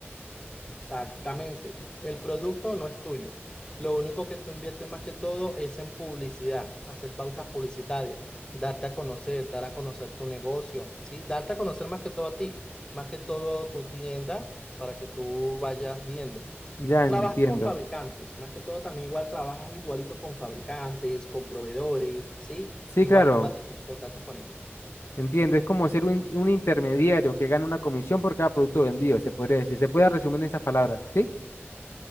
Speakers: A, on the left (about 20°); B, on the left (about 75°).
A: Exactamente. El producto no es tuyo. Lo único que tú inviertes más que todo es en publicidad, hacer pautas publicitarias, darte a conocer, dar a conocer tu negocio, ¿sí? Darte a conocer más que todo a ti, más que todo tu tienda para que tú vayas viendo.
B: Ya
A: Trabajas
B: entiendo.
A: con fabricantes, más que todo también igual trabajas igualito con fabricantes, con proveedores, ¿sí?
B: Sí,
A: Igual
B: claro,
A: tú vas a tener contactos con ellos.
B: entiendo. Es como ser un, un intermediario que gana una comisión por cada producto vendido, se podría decir. Se puede resumir en esas palabras, ¿sí?